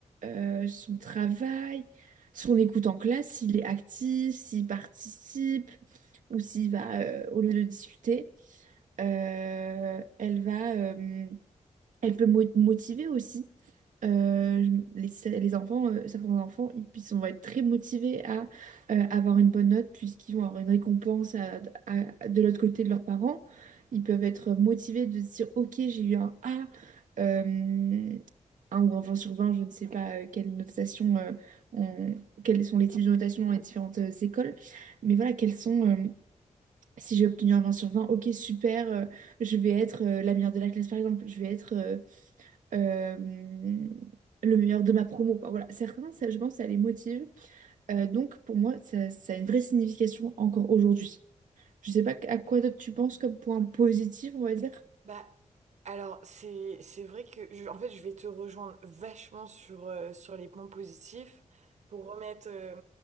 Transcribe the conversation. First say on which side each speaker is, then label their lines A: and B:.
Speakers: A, on the right; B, on the right.
A: euh, son travail, son écoute en classe, s'il est actif, s'il participe ou s'il va, euh, au lieu de discuter, Euh, elle va... euh, elle peut mo- motiver aussi. Euh, je- les, les enfants, euh, certains enfants, ils, ils vont être très motivés à euh, avoir une bonne note puisqu'ils vont avoir une récompense à- à- de l'autre côté de leurs parents. Ils peuvent être motivés de se dire, OK, j'ai eu un A, euh, un ou un 20 sur 20. je ne sais pas euh, quelle notation, euh, on- quels sont les types de notation dans les différentes euh, écoles. Mais voilà, quels sont, euh, si j'ai obtenu un 20 sur 20, OK, super, euh, je vais être euh, la meilleure de la classe, par exemple, je vais être... euh, euh, le meilleur de ma promo. quoi. Voilà, certains, ça, je pense, ça les motive. Euh, donc, pour moi, ça, ça a une vraie signification encore aujourd'hui. Je sais pas à quoi d'autre tu penses comme point positif, on va dire.
B: Bah, alors, c'est, c'est vrai que, je- en fait, je vais te rejoindre vachement sur, euh, sur les points positifs. Pour remettre, euh,